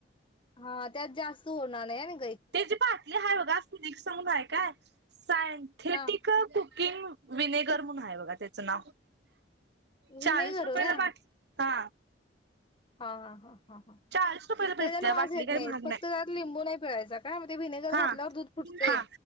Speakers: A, on the left (about 30°); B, on the right (about 60°).
A: हा त्यात जास्त होणार नाही ना
B: त्याची पाटली आहे बघाली सगून आहे काय ह <inaudible> सायंथेटिक
A: हा
B: कुकिंग विनेगर म्हणून बघा त्याचं नाव चाळीस
A: विनेगर
B: रुपयाला
A: का
B: बाटली हा
A: हा हा ह ह हा
B: चाळीस रुपयाला भेटत्या
A: त्याच्यान वास
B: बाटली
A: येत
B: काही
A: नाही
B: महाग
A: फक्त त्यात लिंबू नाही पिळायचा काय मग ते व्हिनेगर
B: हा
A: घातल्यावर दूध फुटतय
B: हा